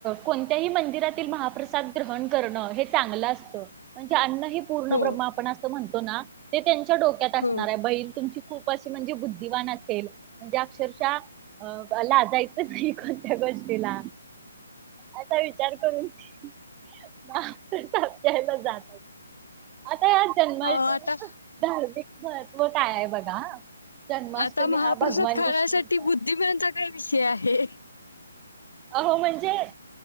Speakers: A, on the right; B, on the left.
A: कोणत्याही मंदिरातील मप्र णण हे चांगलं असत म्हणजे अन्नी पूर्ण
B: हो
A: ब्रण म्हणत ते त्यांच्या डोक्यात असणार
B: हो
A: आहे बैल तुमची खूप अशी म्हणजे बुद्धिवान असेल म्हणजे अक्षरशः अ ला जाायचं नाही कोणत्या गष्ट तिला असा विचार करून केला जात आता या जन्माष्टमीच
B: आता
A: धार्मिक महत्त्व काय आहे बघा जन्माष्टमी
B: आता महापुरुषात
A: हा भगवान
B: खेण्यासाठी
A: विष्णूंचा
B: बुद्धिमानचा काही विषय आहे
A: अहो म्हणजे